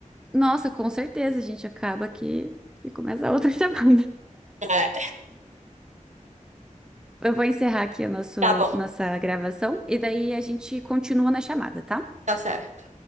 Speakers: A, in the centre; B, on the right.
A: Nossa, com certeza a gente acaba aqui e começa outra <laughs> chamada.
B: É,
A: Eu vou encerrar aqui a nosso,
B: Tá bom.
A: nossa gravação e daí a gente continua na chamada, tá?
B: Tá certo.